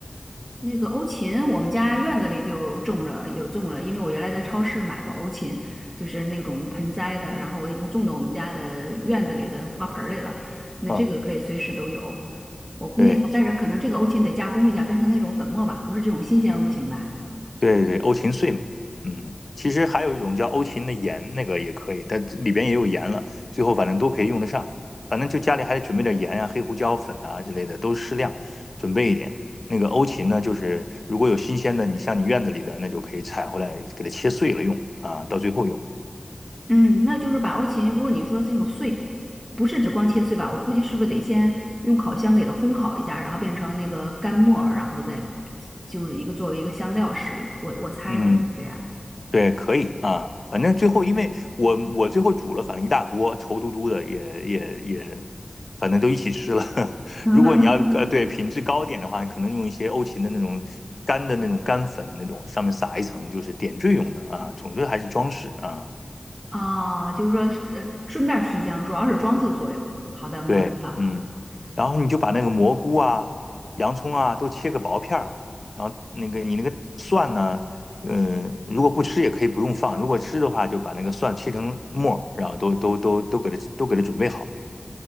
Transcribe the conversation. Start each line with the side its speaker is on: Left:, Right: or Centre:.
Right: 那个欧芹，我们家院子里就种着，有种了，因为我原来在超市买过欧芹，就是那种盆栽的，然后我已经种到我们家的院子里的花盆儿里了。那这个可以随时都有，
Left: 嗯，
Right: 我估计还，
Left: 对。
Right: 但是可能这个欧芹得加工一下，变成那种粉末吧，不是这种新鲜欧芹吧？
Left: 对对，对，欧芹碎嘛，嗯，其实还有一种叫欧芹的盐，那个也可以，但里边也有盐了，最后反正都可以用得上，反正就家里还得准备点盐啊、黑胡椒粉啊之类的，都适量准备一点。那个欧芹呢，就是如果有新鲜的，你像你院子里的，那就可以采回来，给它切碎了用啊，到最后用。
Right: 嗯，那就是把欧芹，如果你说这种碎，不是指光切碎吧，我估计是不是得先用烤箱给它烘烤一下，然后变成那个干末儿然后再就是一个作为一个香料使用，我我猜可能是这样。
Left: 嗯，对，可以啊，反正最后因为我我最后煮了，反正一大锅稠嘟嘟的，也也也，反正都一起吃了。<laughs>
Right: <laughs>
Left: 如果你要呃对品质高点的话，可能用一些欧芹的那种干的那种干粉那种，上面撒一层，就是点缀用的啊。总之还是装饰啊。
Right: 啊，就是说是呃顺便儿提香，主要是装饰作用。好的，明白了。
Left: 对，嗯，然后你就把那个蘑菇啊、洋葱啊都切个薄片儿，然后那个你那个蒜呢，嗯，如果不吃也可以不用放，如果吃的话就把那个蒜切成末儿然后都都都都给它都给它准备好。